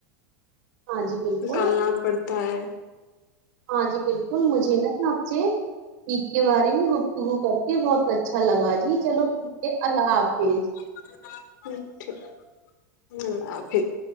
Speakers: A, on the right (about 65°); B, on the left (about 70°).
A: ہاں جی بالکل
B: نکالنا پڑتا ہے
A: ہاں جی بالکل مجھے نا نا آپ سے عید کے بارے میں گفتگو کر کے بہت اچا اچھا لگا جی چلو ٹھیک ہے اللہ حافظ
B: چٹھ اللہ حفھر <unintelligible>